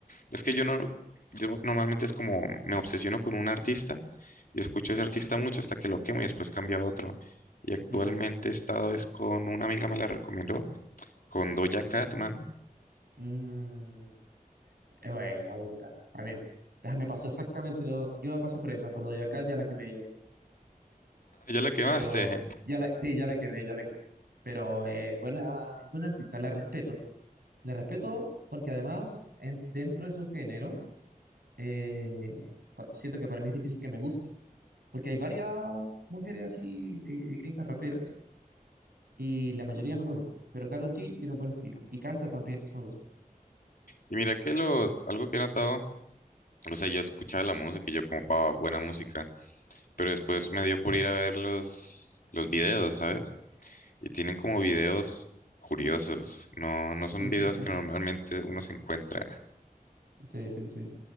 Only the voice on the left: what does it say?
Es que yo no, yo normalmente es como me obsesiono con un artista y escucho a ese artista mucho hasta que lo quemo y después cambio a otro. Y actualmente
he estado es con una amiga me la recomendó, con Doja Cat, mano.
Ah, Ya la quemaste.
Y mira que los, algo que he notado, o sea, yo escuchaba la música y yo como, va, buena música, pero después me dio por ir a ver los, los videos, ¿sabes? Y tienen como videos curiosos, no, no son
videos que normalmente uno se encuentra.